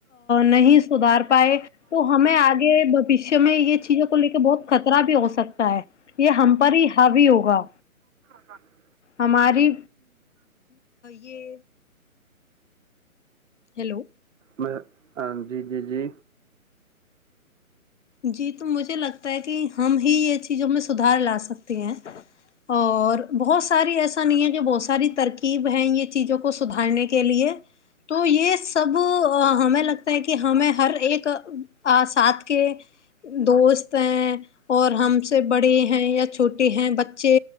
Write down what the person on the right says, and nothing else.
ہاں
میں ہاں جی جی جی